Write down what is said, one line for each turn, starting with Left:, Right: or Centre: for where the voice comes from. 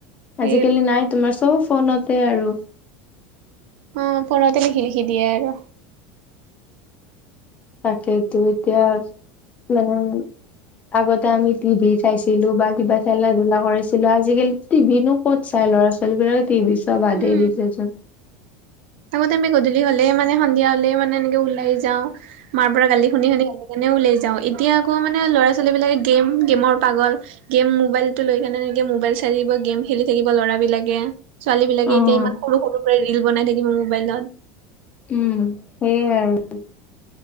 Right: সেই
Left: আজিকালি নাই তোমাৰ চব ফোনতে আৰু
Right: অ ফ'নতে লিখি লিখি দিয়ে আৰু
Left: তাকেইতো এতিয়া মানে আগতে আমি টিভি চাইছিলো বা কিবা খেলা ধুলা কৰিছিলো আজিকালি টিভি নো ক'ত চাই ল'ৰা ছোৱালীবিলাকে টিভি চোৱা বাদেই
Right: উম
Left: দিছেচোন।
Right: আগতে আমি গধূলি হলেই মানে সন্ধিয়া হলেই মানে এনেকে ওলাই যাওঁ। মাৰ পৰা গালি শুনি শুনি গালে কাৰণেও ওলায় যাওঁ এতিয়া আকৌ মানে ল'ৰা ছোৱালীবিলাকে গেম গেমৰ পাগল। গেম মোবাইল টো লৈ কেনে এনেকে মোবাইল চাই থাকিব গেম খেলি থাকিব ল'ৰাবিলাকে। ছোৱালী বিলাকে
Left: উম
Right: এতিয়া ইমান সৰু সৰু পৰা ৰিল বনাই থাকিব মোবাইলত।
Left: উম সেইয়াই আৰু।